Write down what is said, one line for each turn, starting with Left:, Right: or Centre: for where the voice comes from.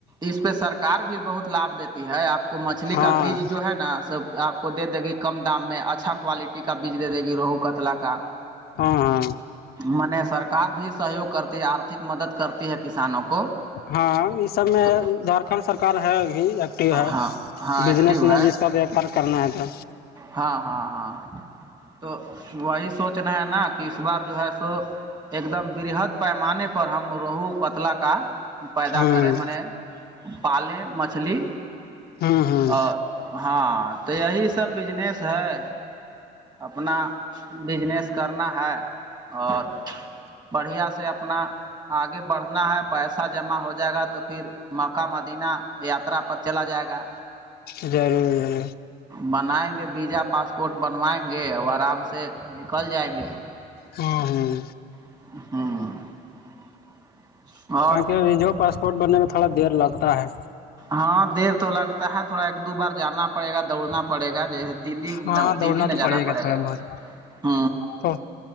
Right: اس پہ سرکار بھی بہت لابھ دیتی ہے آپ کو مچھلی
Left: ہاں
Right: کا بیج جو ہے نا سب آپ کو دے دے گی کم دام میں اچھا کوالٹی کا بیج دے دے گی روہو کتلا کا
Left: ہاں ہاں
Right: م نے سرکار بھی سہیوگ کرتی ہے آرھک مدد کرتی ہے کسانوں کو
Left: ہاں یہ سب میں
Right: تو
Left: جھارکھنڈ سرک ہے بھی ایکٹیو ہے
Right: ہاں ہاں
Left: بزنس
Right: ایکٹیو
Left: میں
Right: ہے
Left: جس کا وپار کرنا ہے تو
Right: ہاں ہاں ہاں تو وہی سوچ رہے ہیں نا کہ اس بار جو ہے سو ایک دم برہد پیمانے پر ہم روہو کتل کا پیدا
Left: ہوں
Right: کرے منے پالے مچھلی
Left: ہوں ہوں
Right: ا ہاں تو یہی سب بجنس ہے اپنا بجنس کرنا ہے اور بڑھیا سے اپنا آگے بڑھنا ہے پیسہ جمع ہو جائے گا تو پھر مکہ مدینہ یاترا پر چلا جائے گا
Left: ضرور ضرور
Right: بنائیں گے ویزا پاسپورٹ بنوائیں گے اور آرام سے نکل جائیں گے
Left: ہاں ہاں
Right: ہوں اور
Left: آ و جو پاسپورٹ بننے میں تھوڑا دیر لگتا ہے
Right: ہاں دیر تو لگتا ہے تھوڑا ایک دو بار جانا پڑے گا دوڑنا پڑے گا جیسے دلی
Left: ہاں دوڑنا
Right: دلی نہ
Left: تو
Right: جانا پڑے
Left: تھوڑا
Right: گا
Left: بہت
Right: ہ
Left: تو